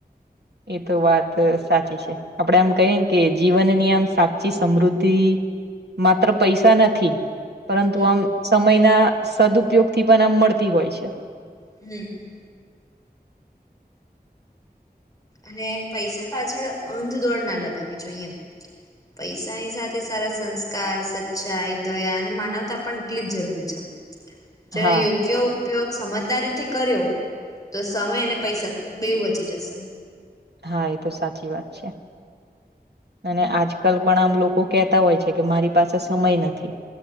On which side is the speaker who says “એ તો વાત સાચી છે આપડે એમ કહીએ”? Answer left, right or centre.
Right